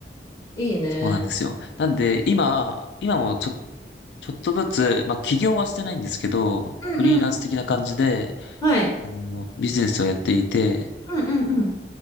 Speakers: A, on the left; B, on the left.
A: いいね。
B: そうなんですよ。なんで、今、今もちょ、ちょっとずつ、まあ、起業はしてないんですけど、
A: うんうん。
B: フリーランス的な感じで、
A: はい。
B: あの、ビジネスをやっていて、
A: うんうんうん。